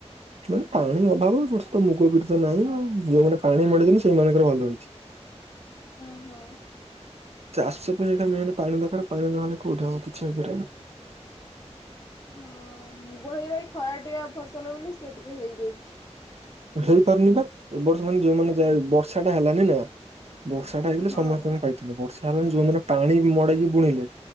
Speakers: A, on the right (about 65°); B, on the left (about 30°).
A: ମାନେ ପାଣି ଅଭାବ ବଟ ତ ମୁଗ ବିରି ନାହିଁ ଯୋଉମାନେ ପାଣି ମଡିଛନ୍ତି ସେଇମାନଙ୍କର ଭଲ ହେଇଚି।
B: ଓହୋଃ।
A: ଚାଷ ପାଇଁ ଏଟା ମେନ୍ ପାଣି ଦରକାର ପାଣି ନ ହେଲେ କୋଉଠି ହବ କିଛି ହେଇ ପାରିବନି।
B: ହଁ <unintelligible> ଖରାଟିଆ ଫସଲ ବୋଲି ସେ ଟିକେ ହେଇଯାଇଛି।
A: ହେଇପାରୁନି ପା ଏ ବର୍ଷ ମାନେ ଯୋଉମାନେ ଯା ବର୍ଷା ଟା ହେଲାନି ନା ବର୍ଷା ବର୍ଷାଟା ହେଇଥିଲେ
B: ହଁ।
A: ସମସ୍ତଙ୍କ ପାଇଥାନ୍ତା। ବର୍ଷା ହେଲାନି ଯୋଉମାନେ ପାଣି ବି ମଡ଼େଇକି ବୁଣିଲେ